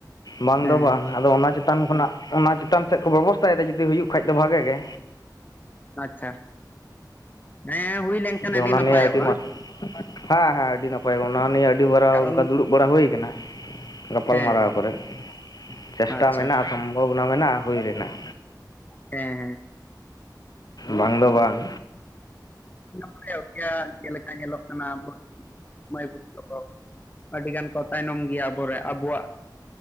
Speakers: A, on the left; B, on the left.
A: ᱵᱟᱝ
B: ᱦᱮᱸ
A: ᱫᱚ ᱵᱟᱝ ᱟᱫᱚ ᱚᱱᱟ ᱪᱮᱛ ᱪᱮᱛᱟᱱ ᱠᱷᱚᱱᱟᱜ ᱚᱱᱟ ᱪᱮᱛᱟᱱ ᱥᱮᱫ ᱠᱚ ᱵᱮᱵᱚᱥᱛᱟᱭᱫᱟ ᱡᱩᱫᱤ ᱦᱩᱭᱩᱜ ᱠᱷᱟᱡ ᱫᱚ ᱵᱷᱟᱜᱮ ᱜᱮ᱾
B: ᱟᱪᱪᱷᱟ ᱦᱮᱸ ᱦᱩᱭ ᱞᱮᱱᱠᱷᱟᱱ
A: ᱡᱮ
B: ᱟᱹᱰᱤ
A: ᱚᱱᱟ
B: ᱱᱟᱯᱟᱭᱚᱜᱼᱟ᱾
A: ᱱᱤᱭᱟᱹ ᱢᱟᱨᱟᱝ ᱦᱮᱸ ᱦᱮᱸ ᱟᱹᱰᱤ ᱱᱟᱯᱟᱭ ᱚᱱᱟ ᱱᱤᱭᱮ ᱟᱹᱰᱤᱵᱟᱨᱟ
B: ᱠᱟᱨᱚᱱ
A: ᱚᱱᱠᱟ ᱫᱩᱲᱩᱵ ᱵᱟᱲᱟ ᱦᱩᱭ ᱠᱟᱱᱟ, ᱜᱟᱯᱟᱞ
B: ᱦᱮᱸ
A: ᱢᱟᱨᱟᱣ ᱠᱚᱨᱮᱫ ᱪᱮᱥᱴᱟ
B: ᱟᱪᱪᱷᱟ
A: ᱢᱮᱱᱟᱜᱼᱟ ᱥᱚᱢᱵᱷᱚᱵᱚᱱᱟ ᱢᱮᱱᱟᱜᱼᱟ ᱦᱩᱭ ᱨᱮᱱᱟᱜ᱾
B: ᱦᱮᱸ ᱦᱮᱸ᱾
A: ᱵᱟᱝ ᱫᱚ ᱵᱟᱝ᱾
B: <unintelligible> ᱪᱮᱫ ᱞᱮᱠᱟ ᱧᱮᱞᱚᱜ ᱠᱟᱱᱟ ᱢᱟᱹᱭ ᱵᱟᱹᱛᱩ ᱛᱟᱠᱚ ᱟᱹᱰᱤᱜᱟᱱ ᱠᱚ ᱛᱟᱭᱱᱚᱢ ᱜᱮᱭᱟ ᱟᱵᱚᱨᱮ ᱟᱵᱚᱣᱟᱜ,